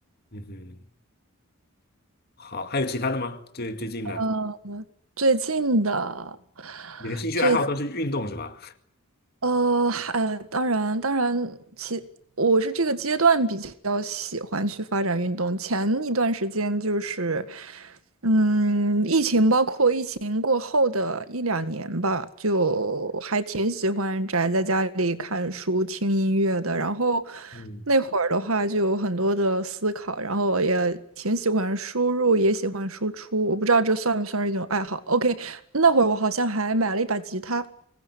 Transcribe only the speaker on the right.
嗯，最近的
最呃，还当然当然，其我是这个阶段比较喜欢去发展运动。前一段时间就是，嗯，疫情吧。年过后的一两年吧，就还挺喜欢宅在家里看书、听音乐的。然后
那会儿的话，就有很多的思考，然后也挺喜欢输入，也喜欢输出。我不知道这算不算是一种爱好。OK，那会儿我好像还买了一把吉他。